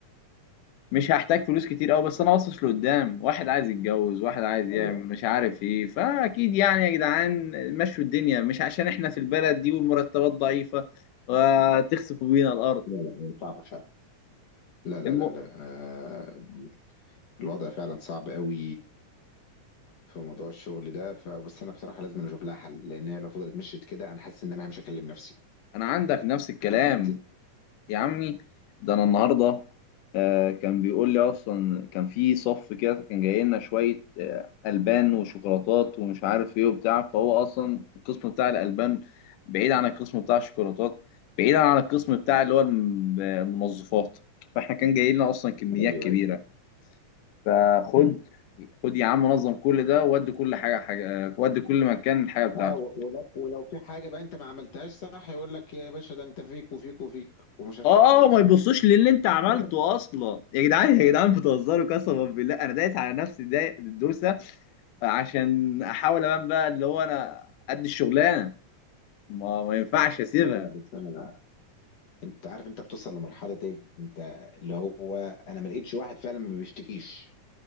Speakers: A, on the left; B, on the left.
A: مش هحتاج فلوس كتير قوي بس انا باصص لقدام واحد عايز يتجوز واحد عايز يعمل
B: ايوه
A: مش عارف ايه فاكيد يعني يا جدعان مشوا الدنيا مش عشان احنا في البلد دي والمرتبات ضعيفه فتخسفوا بينا الارض
B: لا لا صعبه فعلا لا لا
A: الم...
B: لا لا آه الوضع فعلا صعب قوي في موضوع الشغل ده فبس انا بصراحه لازم اشوف لها حل لان هي لو فضلت مشيت كده انا حاسس ان انا مش هكلم نفسي
A: انا عندك نفس الكلام
B: بجد
A: يا عمي ده انا النهارده آه، كان بيقول لي اصلا كان في صف كده كان جاي لنا شويه آه، البان وشوكولاتات ومش عارف ايه وبتاع فهو اصلا القسم بتاع الالبان بعيد عن القسم بتاع الشوكولاتات بعيد عن القسم بتاع اللي هو الم- المنظفات فاحنا كان جاي لنا اصلا كميات
B: ايوه
A: كبيره
B: ايوه
A: فخد
B: مم.
A: خد يا عم نظم كل ده ودي كل حاجه حاجه آه، ودي كل مكان الحاجه بتاعته
B: اه و- ولو ولو في حاجه بقى انت ما عملتهاش صح يقول لك يا باشا ده انت فيك وفيك وفيك ومش
A: اه
B: هيخلصوا
A: ما يبصوش للي انت عملته
B: بجد
A: اصلا يا جدعان يا جدعان بتهزروا قسما بالله انا دايس على نفسي داي- الدوسه عشان احاول ابان بقى اللي هو انا قد الشغلانه ما ما ينفعش اسيبها
B: لا لا بس انا انت عارف انت بتوصل لمرحله ايه انت اللي هو انا ما لقيتش واحد فعلا ما بيشتكيش